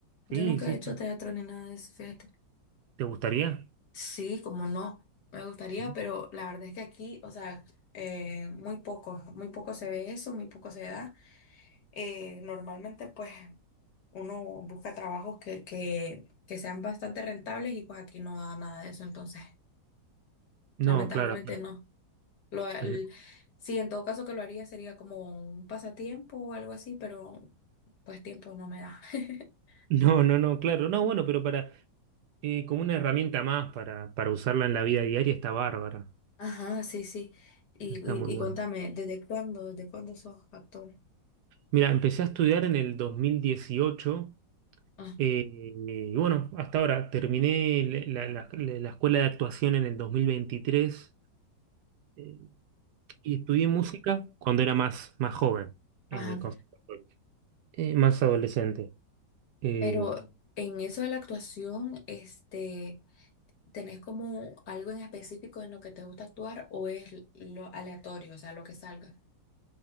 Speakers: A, on the left; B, on the right.
A: Yo
B: Sí,
A: nunca
B: sí,
A: he
B: está.
A: hecho teatro ni nada de eso, fíjate.
B: ¿Te gustaría?
A: Sí, como no, me gustaría,
B: Sí.
A: pero la verdad es que aquí, o sea, eh, muy poco, muy poco se ve eso, muy poco se da. eh, normalmente pues uno busca trabajos que, que, que sean bastante rentables y pues aquí no da nada de eso, entonces
B: No,
A: lamentablemente
B: claro, claro.
A: no. Lo, el-
B: El-
A: sí, en todo caso que lo haría sería como un pasatiempo o algo así, pero pues tiempo no me da. <laughs>
B: <laughs> No, no, no, claro. No, bueno, pero para, eh, como una herramienta más para, para usarla en la vida diaria está bárbara.
A: Ajá, sí, sí. Y,
B: Está
A: y,
B: muy bueno.
A: y contame, ¿desde cuándo, desde cuándo sos actor?
B: Mira, empecé a estudiar en el 2018
A: Ah,
B: eh, y bueno, hasta ahora terminé la, la- la- la escuela de actuación en el 2023 eh, y estudié música cuando era más, más joven
A: Ajá.
B: en el conservatorio, eh, más adolescente. eh,
A: Pero en eso de la actuación, este... ¿Tenés como algo en específico en lo que te gusta actuar o es l- lo aleatorio, o sea, lo que salga?